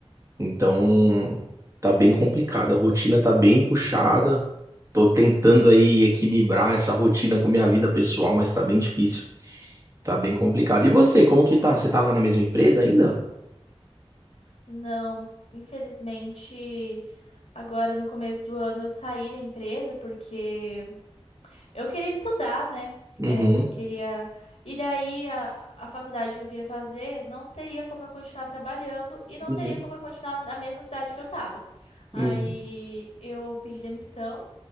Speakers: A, on the right; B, on the left.
A: Então, tá bem complicado. A rotina tá bem puxada. Tô tentando aí equilibrar essa rotina com minha vida pessoal, mas tá bem difícil. Tá bem complicado. E você, como que tá? Você tá lá na mesma empresa ainda?
B: Não, infelizmente, agora no começo do ano eu saí da empresa porque Eu queria estudar, né?
A: Uhum,
B: É, queria. E daí a, a faculdade que eu queria fazer não teria como eu continuar trabalhando e não
A: uhum,
B: teria como eu continuar na mesma cidade que eu tava. Aí
A: uhum.
B: eu pedi demissão